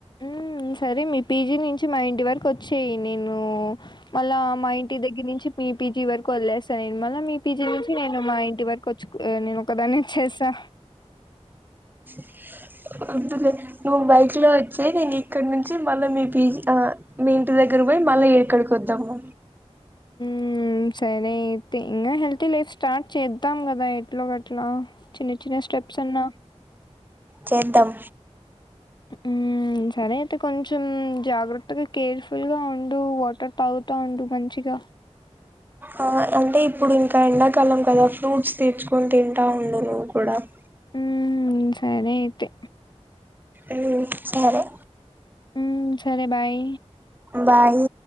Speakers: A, on the left (about 40°); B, on the right (about 15°).
A: మ్మ్ సరే మీ పీజీ నుంచి, మా ఇంటి వరకు ఓచ్చేయి నేను. మళ్ళా మా ఇంటి దగ్గర్ నుంచి. మీ పీజీ వరకు వదిలేస్తా నేను, మళ్ళ మీ పీజీ నుంచి నేను మా ఇంటి వరకు ఓచ్చు. ఏ నేన్ ఒకదాన్నే చేసా.
B: <unintelligible> నువ్ బైక్ లో వచ్చేయి, నేన్ నీక్. ఇక్కడ నుంచి మళ్ళా మీ పీజీ, ఆ మీ ఇంటి దగ్గర్ పోయి మళ్ళ ఇక్కడికి ఓద్దాము.
A: ఉమ్ సరే అయితే, ఇంగా హెల్తీ లైఫ్ స్టార్ట్ చేద్దాం గాదా, ఎట్లో గట్లా. చిన్న, చిన్న స్టెప్స్ అన్నా.
B: చేద్దాం.
A: ఉమ్ సరే అయితే కొంచెం జాగ్రత్తగా కేర్ఫుల్గా ఉండు, వాటర్ తాగుత ఉండు మంచిగా.
B: ఆ అంటే ఇప్పుడు ఇంకా ఎండాకాలం కదా, ఫ్రూట్స్ తెచ్చుకొని తింటా ఉండు, నువ్వు కూడా. <inaudible>
A: ఉమ్ సరే అయితే.
B: ఉమ్ సరే.
A: ఉమ్ సరే బాయ్.
B: బాయ్.